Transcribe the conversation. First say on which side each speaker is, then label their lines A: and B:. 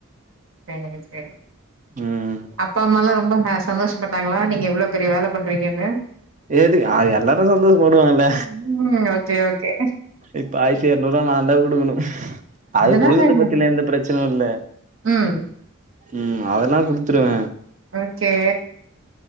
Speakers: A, on the right; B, on the right.
A: சேரி சேரி
B: ம்
A: அப்பா அம்மாலா ரொம்ப ஹே சந்தோஷுபட்டாங்களா நீங்க இவுளோ பெரிய வேல பண்றீங்கனு
B: எதுக் ஆ எல்லாரு சந்தோஷு படுவாங்கல்ல
A: ம். Okay, okay.
B: இப்ப ஆய்ர்த்து எர்நூருவா நாந்தா குடுக்குணு அது
A: அதனால
B: குடுக்குற்து
A: என்ன?
B: பத்திலா எந்த பிரச்சனு இல்ல
A: ம்.
B: ம் அதல்லா குடுத்துருவ
A: ஓகே